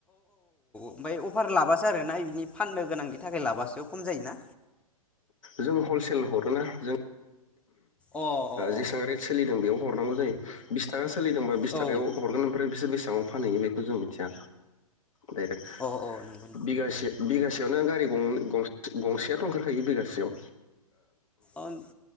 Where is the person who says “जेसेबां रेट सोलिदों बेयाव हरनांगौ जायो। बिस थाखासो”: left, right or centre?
Left